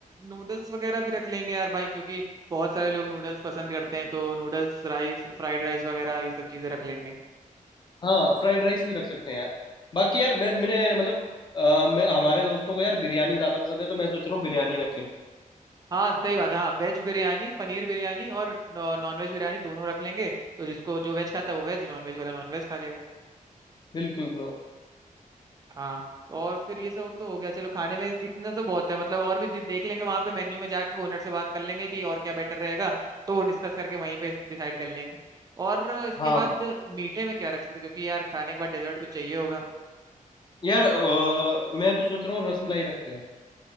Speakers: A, on the right (about 25°); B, on the left (about 35°).
A: नूडल्स वगैरह भी रख लेंगे यार भाई क्योंकि बहुत सारे लोग नूडल्स पसंद करते हैं तो नूडल्स राइस फ्राइड राइस वगैरह ये सब चीजें रख लेंगे
B: हाँ फ्राइड राइस भी रख सकते हैं यार बाकी यार मैं मैंने मतलब अ, मैं हमारे दोस्तों को यार बिरयानी ज़्यादा पसंद है तो मैं सोच रहा हूँ बिरयानी रखें
A: हाँ सही बात है हाँ वेज बिरयानी पनीर बिरयानी और नॉन वेज बिरयानी दोनों रख लेंगे तो जिसको जो वेज खाता है वो वेज नॉन वेज वाला नॉन वेज खा लेगा
B: बिल्कुल ब्रो
A: हाँ और फिर ये सब तो हो गया चलो खाने में इतना तो बहुत है मतलब और भी जो देख लेंगे वहां पे मेन्यू में जाके ओनर से बात कर लेंगे कि और क्या बेटर रहेगा तो वो डिस्कस करके वहीं पे डिसाइड कर लेंगे और इसके
B: हाँ
A: बाद मीठे में क्या रख सकते हैं? क्योंकि यार खाने के बाद डेजर्ट कुछ चाहिए होगा
B: यार अ, मैं तो सोच रहा हूँ रसमलाई रखते हैं